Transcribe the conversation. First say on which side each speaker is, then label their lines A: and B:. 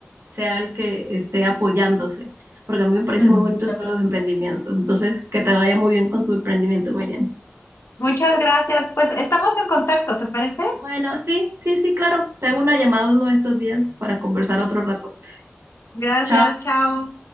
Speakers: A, on the right (about 75°); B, on the left (about 75°).
A: sea el que esté apoyándose, porque a mí me parece
B: <laughs> Muchas
A: muy bonito sobre
B: gracias.
A: los emprendimientos. Entonces, que te vaya muy bien con tu emprendimiento, Miriam.
B: Muchas gracias. Pues estamos en contacto, ¿te parece?
A: Bueno, sí, sí, sí, claro. Te hago una llamada uno de estos días para conversar otro rato.
B: Gracias,
A: Chao.
B: chao.